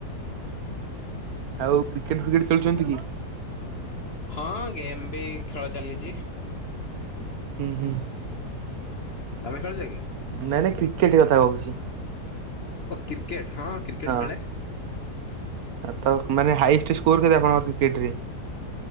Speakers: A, on the right; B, on the left.
A: ଆଉ କ୍ରିକେଟ ଫ୍ରିକେଟ ଖେଳୁଛନ୍ତି କି?
B: ହଁ ଗେମ୍ ବି ଖେଳ ଚାଲିଛି।
A: ହୁଁ ହୁଁ।
B: ତମେ ଖେଲୁଚ କି?
A: ନାଇଁ ନାଇଁ କ୍ରିକେଟ କଥା କହୁଛି।
B: ଓ କ୍ରିକେଟ ହଁ କ୍ରିକେଟ
A: ହଁ
B: ଖେଳେ।
A: ତ ମାନେ ହାଇଷ୍ଟ ସ୍କୋର କେବେ ଆପଣଙ୍କ କ୍ରିକେଟ ରେ?